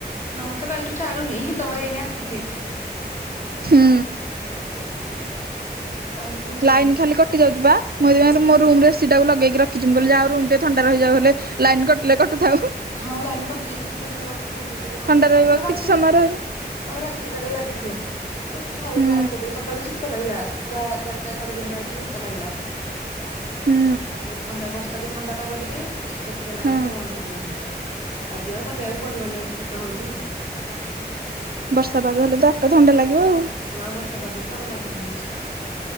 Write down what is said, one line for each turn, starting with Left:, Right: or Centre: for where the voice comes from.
Left: ମରତ କାଲିଠୁ ଛାଡୁନି ତମର ଏଇନେ ଆସୁଚି।
Right: ହୁଁ
Left: ରୋ କାଲିଠୁ ହିଁ ଛାଡୁନି।
Right: ଲାଇନ୍ ଖାଲି କଟି ଯାଉଚି ପା <unintelligible> ମୋ ରୁମୁ ର ଏସି ଟାକୁ ଲଗେକି ରଖିଚି ମୁଁ କହିଲି ଯାହା ରୁମ ଟେ ଥଣ୍ଡା ରହିଯାଉ ହେଲେ। ଲାଇନ୍ କଟିଲେ କଟୁଥାଉ।
Left: ହଁ ଲାଇନ୍ କଟିଲେ ବି ଥଣ୍ଡା ରହିବ ଲଗେଇଦେଲେ ହବ
Right: ଥଣ୍ଡା ରହିବ
Left: ଆମର
Right: କିଛି
Left: ରାତିରେ
Right: ସମୟ ରହିବ
Left: ଆଉ ରାତି ସାରା ଲାଗିଥିଲା କ ଥାଉ
Right: ହୁଁ
Left: ବନ୍ଦ୍ କରିଦେବି ସକାଳୁ ଶୀ ତ ଲାଗିଲା ପୁରା ଚାଟା ସାଢେ ତିନିଟା ଅଛି ଶୀତ ଲାଗିଲା
Right: ହୁଁ
Left: ପୁଣି ଥଣ୍ଡା ବର୍ଷ ତାକୁ ଥଣ୍ଡା ପାଗ ଟିକେ ଶୀତ ଶୀତ ଲାଗିଲା
Right: ହଁ
Left: ଯେ ବନ୍ଦ କରିଦେଇଥିଲୁ। ଆଜି ଆଉ ଲଗେଇବାକୁ ପଡିବନି ଆଜି ବି ଶୀତ ହଉଚି।
Right: ବର୍ଷା ପାଗ ହେଲେ ତ ଆପେ ଥଣ୍ଡା ଲାଗିବ ଆଉ।
Left: ହଁ ପା ବର୍ଷା ପାଗକୁ ଆଉ ଲଗେଇନୁ କିଛି।